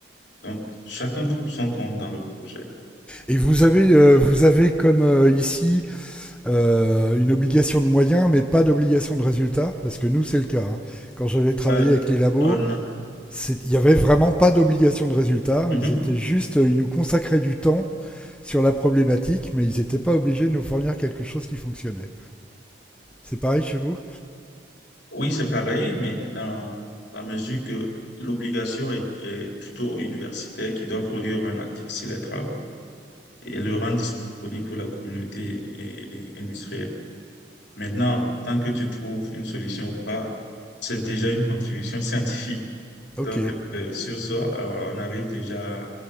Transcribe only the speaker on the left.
Donc, chacun trouve son compte dans le projet.
Euh,
on...
Mhm.
Oui, c'est pareil, mais dans la mesure que l'obligation est, est plutôt universitaire qui doit produire un article sur les travaux et le rendre disponible pour la communauté et- et industrielle. Maintenant, tant que tu trouves une solution ou pas, c'est déjà une contribution <laughs> scientifique.
Donc, euh, sur ça, euh, on arrive déjà